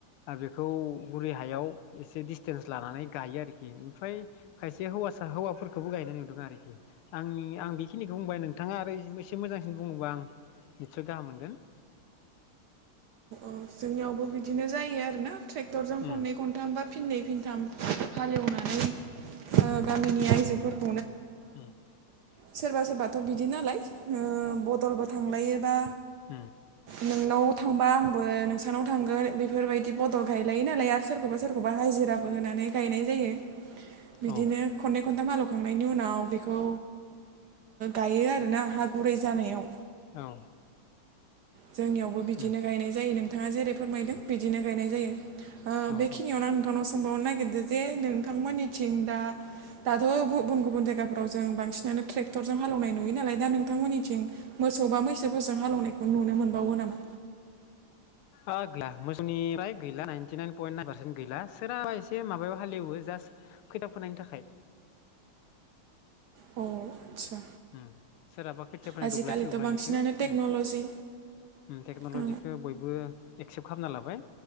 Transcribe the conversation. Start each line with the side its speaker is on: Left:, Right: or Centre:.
Left: बेखौ बुरै हायाव एसे डिसटेन्स लानानै गायो आरोखि ओमफ्राय खायसे हौवा आचसा हौवाफोरखौबो गायनाय नुदों आरोखि आंनि आं बेखिनिखौ बुंबाय नोंथाङा आरो एसे मोजांसिन बुङोबा। आं निसय गाहाम मोनगोन।
Right: जोंनियावबो बिदिनो जायो आरो ना ट्रेक्टरजों खननै
Left: उम
Right: खनथामबा फिननै फिनथाम हालेवनानै गामिनि आइजोफोरखौ
Left: <unintelligible>
Right: सोरबा सोरबाथ' बिदि नालाय बदलबो थांलायोबा
Left: ओम
Right: नोंनाव थांबा आं बो नोंसानाव थांगोन बेफोरबायदि बदल गायलायो नालाय आरो सोरखौबा सोरखौबा हाजिराबो होनानै गायनाय जायो बिदिनो
Left: औ
Right: खननै खन्थाम हालौखांनायनि उनाव बेखौ गायो आर ना हा गुरै जानायाव
Left: औ
Right: जोंनियावबो बिदिनो
Left: उम
Right: गायनाय जायो नोंथाङा जेरै फोरमायदों बिदिनो गायनाय जायो। ओ
Left: औ
Right: बेखिनियावनो
Left: औ
Right: आं नोंथांनाव सोंबावनो नागिरदों जे नोंथांमोननिथिं दा दाथ' गुबुन गुबुन जायगाफोराव जों बांसिनानो ट्रेक्टरजों हालेवनाय नुयो नालाय दा नोंथांमोननिथिं मो सौबा मैसोफोरजों हालेवनायखौ नुनो मोनबावो नामा
Left: ओ गैला मोसौनिफ्राय गैला नाइनटिनाइन पइन नाइन पारसेन्ट गैला सोराबा एसे माबायाव हालवो जास खोथिया फोनायनि थाखाय
Right: अ आदसा
Left: उम सोरहाबा खोथिया फोनो
Right: आजिखालिथ'
Left: दब्लायसे दब्लायनैखौ
Right: बांसिनानो टेक्न'ल'जि
Left: उम उम टेक्न'लजिखौ
Right: औ
Left: बयबो एक्सेप्ट खालामना लाबाय